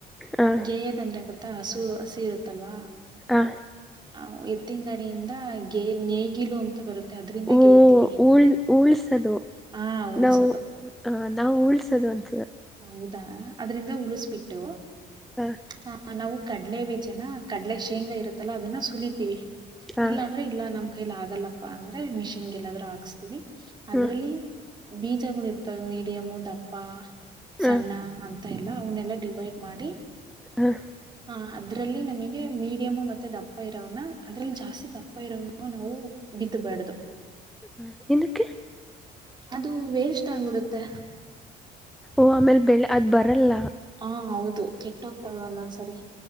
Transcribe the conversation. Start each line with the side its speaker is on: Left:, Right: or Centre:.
Centre: ಹಾಂ
Right: ಗೇಯ ಅಂದ್ರೆ ಗೊತ್ತ ಹಸು ಹಸಿ ಇರುತ್ತಲ್ವಾ
Centre: ಹ
Right: ಹ ಎತ್ತಿನಂಗಡಿಯಿಂದೇ ನೇಗಿಲು ಅಂತ ಬರುತ್ತೆ ಅದ್ರಿಂದ
Centre: ಓ
Right: ಗೇಯ್ತೀವಿ
Centre: ಉಳ್ ಉಳ್ಸದು
Right: ಹಾ ಉಳ್ಸೋದು
Centre: ನಾವು ನಾವು ಉಳ್ಸದು ಅಂತ
Right: ಹೌದಾ ಅದ್ರಿಂದ ಉಳಿಸ್ಬಿಟ್ಟು
Centre: ಹಾಂ
Right: ಆ ನಾವು ಕಡ್ಲೆ ಬೀಜನ ಕಡ್ಲೆ ಶೇಂಗಾ ಇರತ್ತಲ್ಲಾ ಅದನ್ನ ಸುಲಿತೀವಿ
Centre: ಹಾಂ
Right: ಇಲ್ಲಾ ಅಂದ್ರೆ ಇಲ್ಲಾ ನಮ ಕೈಲಿ ಆಗಲ್ಲಪ್ಪಾ ಅಂದ್ರೆ ಮಿಷಿನ್ ಗೆಲ್ಲಾದ್ ಹಾಕ್ಸ್ತೀವಿ ಅದ್ರಲ್ಲಿ
Centre: ಹಾಂ
Right: ಬೀಜಗಳು ಇರ್ತವೆ ಮೀಡಿಯಮು ದಪ್ಪ ಸಣ್ಣ
Centre: ಹಾಂ
Right: ಅಂತ ಎಲ್ಲ ಅವನ್ನೆಲ್ಲಾ ಡಿವೈಡ್ ಮಾಡಿ
Centre: ಹ
Right: ಹ ಅದ್ರಲ್ಲಿ ನಮಗೆ ಮೀಡಿಯಮ್ ಮತ್ತೆ ದಪ್ಪ ಇರೋನ ಅದ್ರಲ್ಲಿ ಜಾಸ್ತಿ ದಪ್ಪ ಇರೋ ನಾವು ಬಿ ಬಡದು
Centre: ಹ ಎಂದಿಕೆ
Right: ಅದು ವೇಸ್ಟ್ ಆಗ್ಬಿಡತ್ತೆ
Centre: ಓಹ ಆಮೇಲೆ ಬೆಳೆ ಅದು ಬರಲ್ಲ
Right: ಹಾ ಹೌದು ಕೆಟ್ಟ ಹೋಗ್ತವೆ ಒಂದೊಂದ್ಸರಿ